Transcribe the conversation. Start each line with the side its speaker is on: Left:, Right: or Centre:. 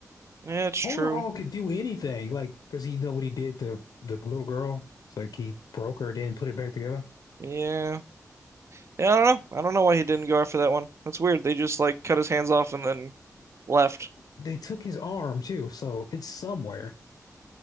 Right: Yeah, it's true.
Left: Overhaul could do anything, like, does he know what he did to the little girl? It's like he broke her, then put it back together.
Right: Yeah. Yeah, I don't know. I don't know why he didn't go after that one. That's weird. They just like cut his hands off and then left.
Left: They took his arm too, so it's somewhere.